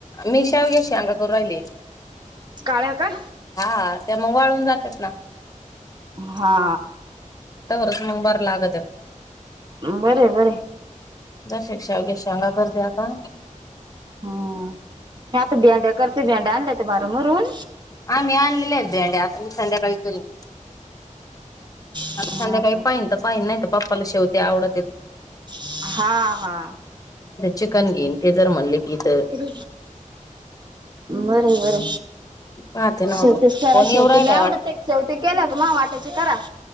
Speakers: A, on the left (about 25°); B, on the right (about 35°).
A: मी शाव घ्या श अगा करू राहिले.
B: काळे का?
A: हा त्या मग वाळून जातात ना.
B: हा.
A: वच मंगबार लागत आहेत.
B: बर बर.
A: दरशिकषावगे शांगा कर द्या का.
B: हा नाही आता भेंडया करते भेंड्या आणल्या ते बारमरून
A: हां मी आणलेेतें आहेत भेंड्या मी ते संध्याकळी कर आ
B: हा
A: संध्याकाळीपर्यंत पाहिन तर पाहिन नाही पप्पाला शेवते आवडत य
B: हा हा
A: चिकन घेईन ते जर म्हणले की तर
B: बर बर
A: पाहते ना
B: शेवटच
A: आता
B: करा
A: फोन
B: शेवतीला
A: येऊ राहिलाय वाटतं
B: एवडं ते शेवते केलं का मग वाटायचे करा